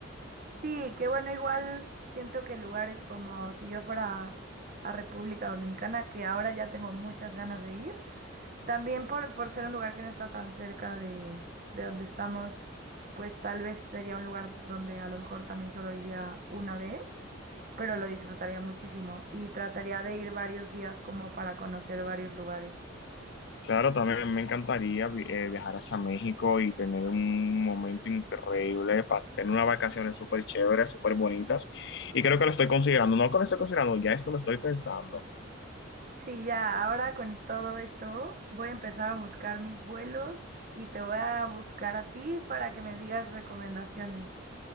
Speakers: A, on the right; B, on the left.
A: Sí, que bueno, igual siento que lugares como si yo fuera a República Dominicana, que ahora ya tengo muchas ganas de ir, también por, por ser un lugar que no está tan cerca de, de donde estamos, pues tal vez sería un lugar donde a lo mejor también solo iría una vez, pero lo disfrutaría muchísimo y trataría de ir varios días como para conocer varios lugares.
B: Claro, también me encantaría vi- eh, viajar hacia México y tener un momento increíble, pas- tener unas vacaciones súper chéveres, súper bonitas, y creo que lo estoy considerando, no que lo estoy considerando, ya esto lo estoy pensando,
A: Sí, ya, ahora con todo esto voy a empezar a buscar mis vuelos y te voy a buscar a ti para que me digas recomendaciones.